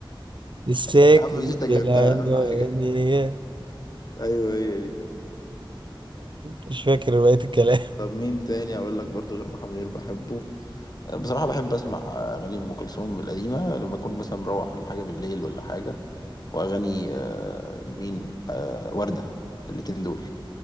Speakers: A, on the right; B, on the left.
A: الساكن
B: يا عم مش انت جبتها
A: في العنوانية
B: اهم حاجه ايوه هي دي
A: مش فاكر بقية الكلام
B: طب مين تاني اقول لك برضو غير محمد منير بحبه بصراحة بحب أسمع أغاني أم كلثوم القديمة لما أكون مثلا مروح ولا حاجة بالليل ولا حاجة وأغاني آه، مين آه، وردة الاتنين دول